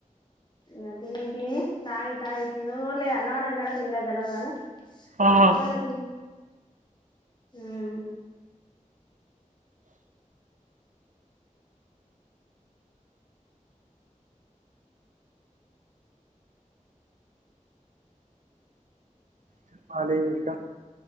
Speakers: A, on the left; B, on the right.
A: నా తిన తినీ తాయ్ తాయ్ తిను <unintelligible> అన్నవన తిన్నాడో లేదో తెల్వదు గాని సంపలే
B: ఆహా
A: హ్మ్
B: చొప్పాలి ఇంకా